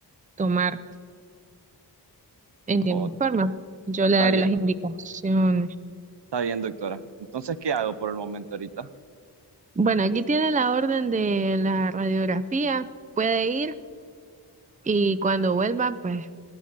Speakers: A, on the right (about 20°); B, on the right (about 75°).
A: tomar en tiempo
B: Oh,
A: y forma. Yo
B: está
A: le
B: está
A: daré
B: bien,
A: las indicaciones.
B: está bien, doctora. Entonces, ¿qué hago por el momento ahorita?
A: Bueno, aquí tiene la orden de la radiografía, puede ir y cuando vuelva, pues